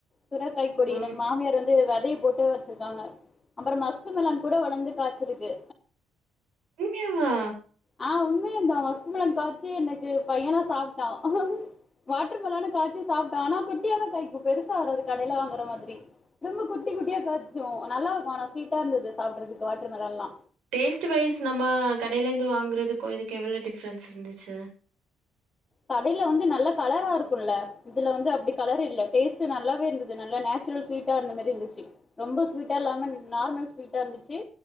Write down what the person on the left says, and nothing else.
சுரக்காய் கொடி
எனக் மாமியார் வந்து வெதைய போட்டு வ ச்சுர்க்காங்க அப்புறோ மஸ்க்குமெலன் கூட வளந்து காச்சிருக்கு
ஆ உண்மயதா மஸ்க்குமெலன் காச்சு எனக்கு பையனா சாப்ட்டா வாட்டர் மெலானு காச்சு சாப்ட்டொ ஆனா குட்டியாதா காய்க்கு பெருசா வராது கடைல வாங்குற மாதிரி ரொம்ப குட்டி குட்டியா காச்சு நல்லாருக்கு ஆனா ஸ்வீட்டா இருந்தது சாப்புட்றதுக்கு வாட்ரு மெலன்லா
கடைல வந்து நல்ல கலரா இருக்குல்ல இதுல வந்து அப்டி கலர் இல்ல டேஸ்ட்டு நல்லாவே இருந்தது நல்லா நேச்சுரல் ஸ்வீட்டா இருந்த மாரி இருந்துச்சு ரொம்ப ஸ்வீட்டா இல்லாம நார்மல் ஸ்வீட்டா இருந்துச்சு